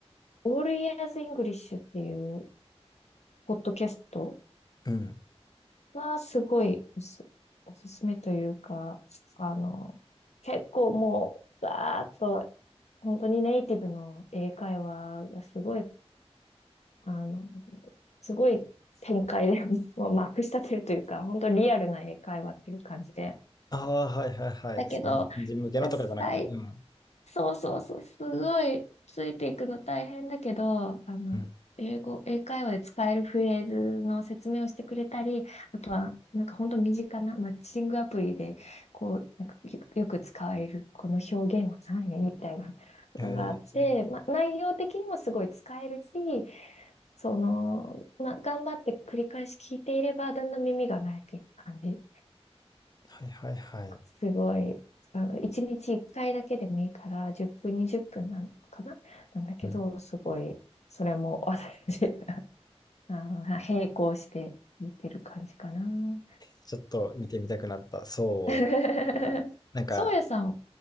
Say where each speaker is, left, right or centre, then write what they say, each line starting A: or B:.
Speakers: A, on the left; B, on the left.
A: All Ears English っていうポッドキャスト
B: うん。
A: はすごいおす、おすすめというか、あの、結構もう、ガーッと、本当にネイティブの英会話がすごい、あの、すごい展開で、<laughs> もうまくしたてるというか、本当リアルな英会話っていう感じで。
B: ああ、はいはいはい。
A: だけど、
B: その日本人向けのとかじゃなくて、
A: 最
B: うん。
A: そうそうそう、すごいついていくの大変だけど、あの、
B: うん。
A: 英語、英会話で使えるフレーズの説明をしてくれたり、あとは、なんか本当身近なマッチングアプリで、こう、なんかよよく使われる、この表現は何みたいなのがあって、
B: えー
A: まあ、内容的にもすごい使えるし、その、まあ、頑張って繰り返し聞いていれば、だんだん耳が慣れていく感じ。
B: はいはいはい。
A: すごい、あの、1日1回だけでもいいから、10分、20分なのかななんだけど、
B: うん。
A: すごい、それも私、あの、並行して見てる感じかな。
B: ちょっと見てみたくなった。そ
A: <laughs>
B: う。なんか、
A: そうやさん、